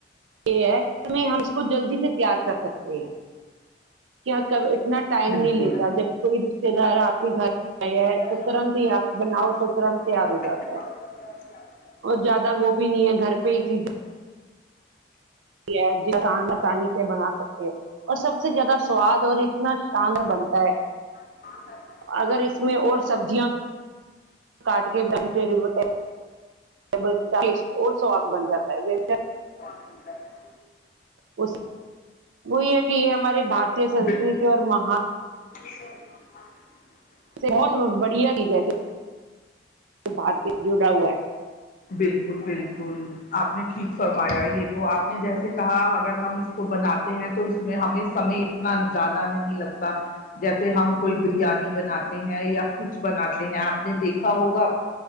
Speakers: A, on the right; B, on the left.
A: ایسے ہے ہم اس کو جلدی سے تیار کر سکتے ہیں کیا کب اتنا ٹائم
B: بالکل
A: نہیں لیتا جب کوئی رشتے دار آپ کے گھر
B: <inaudible>
A: آیا ہے
B: جب
A: تو ترنت
B: رشتہ
A: ہی آپ بناؤ
B: دار
A: تو ترنت
B: آپ
A: تیار ہو
B: کے
A: جاتا ہے
B: گھر میں
A: اور زیادہ وہ بھی نہیں ہے گھر پے ہی چیز ج آس آسانی <unintelligible> یہ بنا سکتے ہیں اور سب سے زیادہ سواد اور اتنا شاندار بنتا ہے
B: <unintelligible>
A: اگر اس میں اور سبزیاں کاٹ کے باریک باریک وہ سوادشٹ اور سواد بن جاتا ہےجیسے
B: <inaudible>
A: وہی ہے کہ یہ ہمارے بھارتیا سنسکرتی
B: بے-
A: اور مہان
B: <inaudible>
A: بہت بڑھیا چیز ہے بھارتی جڑا ہوا ہے
B: بالکل بالکل آپ نے ٹھیک فرمایا یہ تو آپ نے جیسے کہا اگر ہم اس کو بناتے ہیں تو اس میں ہمیں سمے زیادہ نہیں لگتا جیسے ہم کوئی بریانی بناتے ہیں یا کچھ بناتے ہیں آپ نے دیکھا ہوگا